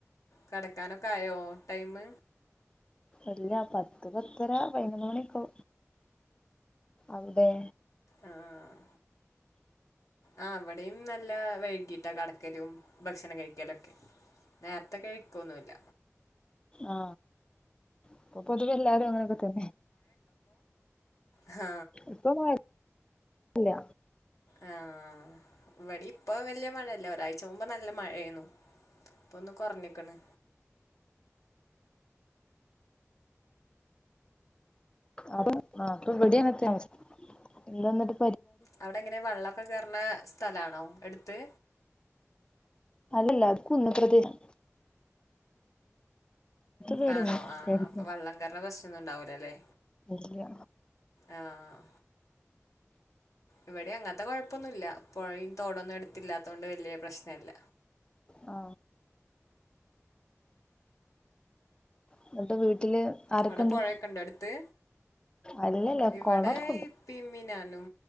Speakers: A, on the left; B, on the left.
A: കടക്കാനൊക്കെ ആയോ? ടൈമ്.
B: ഇല്ല പത്ത് പത്തര പതിനൊന്ന് മണിയൊക്കെ അവ്ടെ.
A: ആഹ് ആ. അവിടെയും നല്ല വൈകീട്ടാ കടക്കലും. ഭക്ഷണം കഴിക്കലൊക്കെ. നേരത്തെ കഴിക്കൊന്നുല്ല.
B: ആ. അപ്പൊ പൊതുവെ എല്ലാരും അങ്ങനെയൊക്കെ തന്നെ.
A: ആ
B: ഇപ്പൊ മഴ ഇല്ല
A: ആ. ഇവിടെ ഇപ്പൊ വലൃയ മഴല്ല. ഒരാഴ്ച മുമ്പ് നല്ല മഴയാരുന്നു. ഇപ്പൊന്ന് കൊറഞ്ഞക്ക്ണ്
B: അതും. അപ്പൊ ഇവടിം അങ്ങൻ തന്നെ അവസഥ. എന്താന്നീട്ട്
A: അവിടെ എങ്ങനെ വള്ളൊക്കെ കേറ്ണ സ്ഥലാണോ എട്ത്ത്.
B: അല്ലല്ല കുന്ന് പ്രദേശാ പേടിയൊന്നും
A: ആണോ ആ അപ്പൊ വള്ളം കാരണം ബസ്സൊന്നും ഉണ്ടാവൂല അല്ലേ
B: ഇല്ല
A: ആ. ഇവിടിം അങ്ങൻത്തെ കൊഴപ്പൊന്നുല്ല. പൊഴിം തോടൊന്നും എടുത്തില്ലാത്തൊണ്ട് വലിയ പ്രശ്നല്ല.
B: ആ എന്നിട്ട് വീട്ടില് ആരൊക്കെണ്ട്?
A: അവിടെ പുഴയൊക്കെ ഉണ്ട് അടുത്ത്
B: അല്ലല്ല
A: ഇവിടെ
B: കൊളൊക്കെള്ളു
A: ഇപ്പിം ഇമ്മിം ഞാനും